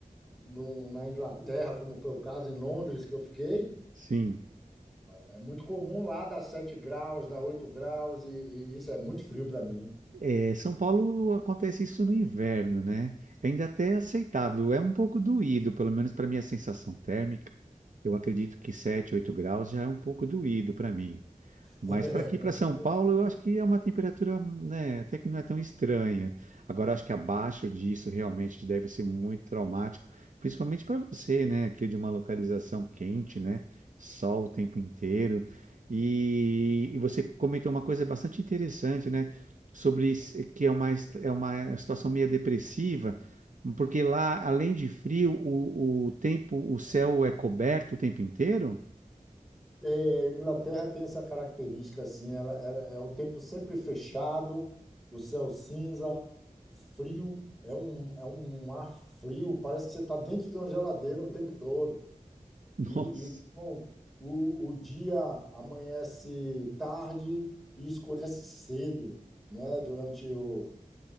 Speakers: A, in the centre; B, on the right.
A: no, na Inglaterra, como foi o caso em Londres que eu fiquei.
B: sim.
A: É muito comum lá dar 7 graus, dar 8 graus, e, e isso é muito frio para mim.
B: É, São Paulo acontece isso no inverno, né? É Ainda até é aceitável, é um pouco doído, pelo menos para minha sensação térmica. Eu acredito que 7 8 graus já é um pouco doído para mim.
A: <laughs>
B: Mas para aqui, para São Paulo, eu acho que é uma temperatura, né, até que não é tão estranha. Agora, acho que abaixo disso realmente deve ser muito traumático, principalmente para você, né, que é de uma localização quente, né, sol o tempo inteiro. E, e você comentou uma coisa bastante interessante, né, sobre s- que é uma, est- é uma situação meio depressiva, porque lá, além de frio, o, o tempo, o céu é coberto o tempo inteiro?
A: É, Inglaterra tem essa característica assim, ela, ela- é o tempo sempre fechado, o céu cinza, frio, é um, é um ar frio, parece que você está dentro de uma geladeira o tempo todo.
B: <laughs> Nossa,
A: E, e, então, o, o dia amanhece tarde e escurece cedo, né, durante o,